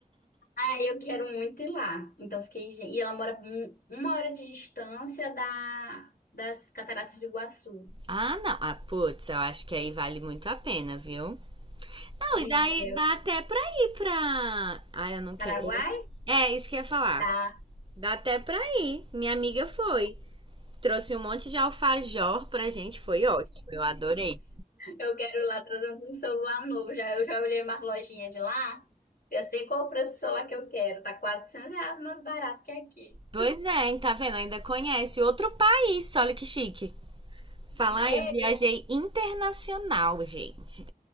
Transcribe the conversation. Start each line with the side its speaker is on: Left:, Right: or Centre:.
Left: ah eu quero muito ir lá. Então fiquei, "Gen-" e ela mora um- uma hora de distância da das Cataratas do Iguaçu.
Right: Ah, não. Ah, putz, eu acho que aí vale muito a pena, viu? Não,
Left: Pois
Right: e daí
Left: é,
Right: dá até pra ir pra. Ah, eu não
Left: Paraguai?
Right: quero. É, isso que eu ia falar.
Left: Tá.
Right: Dá até pra ir. Minha amiga foi. Trouxe um monte de alfajor pra gente, foi ótimo. Eu adorei.
Left: Eu quero lá trazer um celular novo. Já, eu já olhei umas lojinhas de lá. Eu sei qual o preço do celular que eu quero. Tá 400 reais mais barato que aqui.
Right: Pois é, hein, tá vendo? Ainda conhece outro país, olha que chique. Falar,
Left: Não é?
Right: eu viajei internacional, gente.